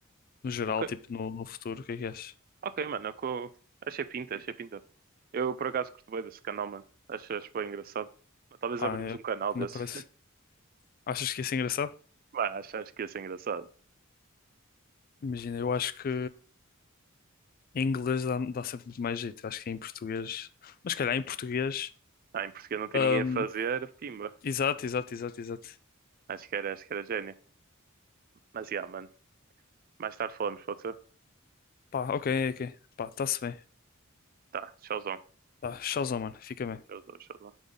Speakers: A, on the left; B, on the right.
A: no geral,
B: ok,
A: tipo, no, no futuro, o que é que achas?
B: ok, mano. eu co- Achei pinta, achei pinta. Eu por acaso curto bem desse canal, mano. Acho, acho bem engraçado. Mas Talvez
A: Pá,
B: abrimos
A: é-
B: um canal desse.
A: não parece.
B: <laughs>
A: Achas que ia ser engraçado?
B: Mano, acho, acho que ia ser engraçado.
A: Imagina, eu acho que em inglês dá, dá sempre muito mais jeito, acho que em português, mas se calhar em português,
B: Ah, em Portugal não tem
A: hum,
B: ninguém a fazer, pimba.
A: exato, exato, exato, exato.
B: Acho que era, acho que era gênio. Mas, yeah, mano. Mais tarde falamos, pode ser?
A: Pá, ok, ok, pá, tá-se bem,
B: Tá, tchauzão.
A: tá, tchauzão, mano, fica bem.
B: Tchauzão, tchauzão.